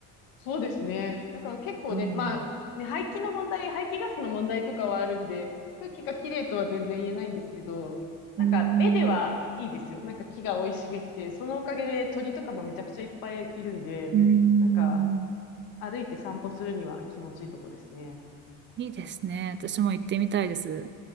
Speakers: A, on the left; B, on the right.
A: そうですね。だから結構ね、
B: うん。
A: まあ、ね、排気の問題、排気ガスの問題とかはあるんで、空気がきれいとは全然言えないんですけど、なんか目ではいいですよ。
B: うん。
A: なんか木が生い茂って、そのおかげで鳥とかもめちゃくちゃいっぱいいるんで、
B: うん。
A: なんか歩いて散歩するには気持ちいいとこですね。
B: いいですね。私も行ってみたいです。